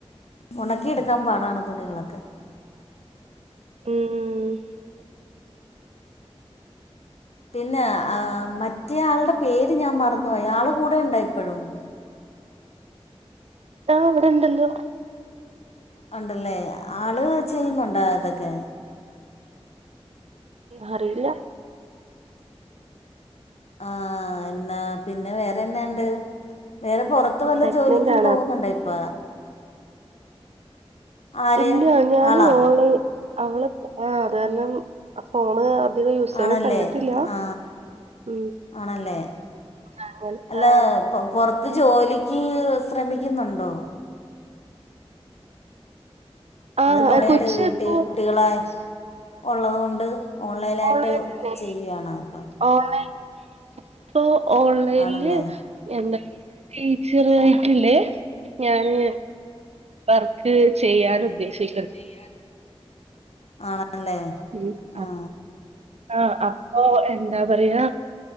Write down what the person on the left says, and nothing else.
ഒണക്കി എടുക്കാൻ പാടാണ് തുണികളൊക്കെ
പിന്നെ മറ്റേ ആൾടെ പേര് ഞാൻ മറന്നുപോയി ആള് കൂടെ ഇണ്ടോ ഇപ്പോഴും?
ഉണ്ടല്ലേ ആള് ചെയ്യുന്നുണ്ടോ ഇതൊക്കെ?
ആഹ് എന്നാ പിന്നെ വേറെന്നാ ഇണ്ട് വേറെ പൊർ ത്തു വല്ല
ജോലിക്കും
പോകുന്നുണ്ടോ ഇപ്പ ആര്
ആളാ
ആണല്ലേ
ആ
ആണല്ലേ
അല്ല
പൊ പൊറ ത് ജോലിക്ക് ശ്രമിക്കുന്നുണ്ടോ? <unintelligible>
വീട്ട്
കുട്ടികളെ ഒള്ളതു കൊണ്ട് ഓൺലൈനായിട്ട്
ചെയ്യാണ് ഇപ്പം
ആണല്ലേ
ചെയ്യാൻ ആണല്ലേ
ആ